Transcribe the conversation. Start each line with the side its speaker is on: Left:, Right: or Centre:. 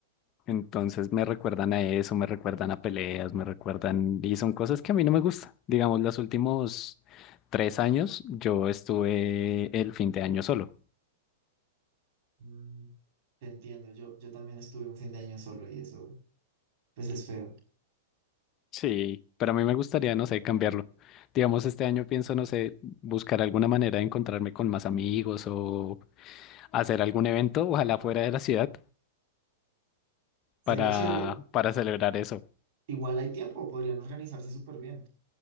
Left: Entonces me recuerdan a eso, me recuerdan a peleas, me recuerdan, y son cosas que a mí no me gustan. Digamos, los últimos tres años yo estuve el fin de año solo.
Right: Mm, te entiendo, yo, yo también estuve un fin de año solo y eso, pues es feo.
Left: Sí, pero a mí me gustaría, no sé, cambiarlo. Digamos, este año pienso, no sé, buscar alguna manera de encontrarme con más amigos o hacer algún evento, ojalá fuera de la ciudad, para,
Right: Sería chévere,
Left: para celebrar eso.
Right: igual hay tiempo, podrían organizarse súper bien.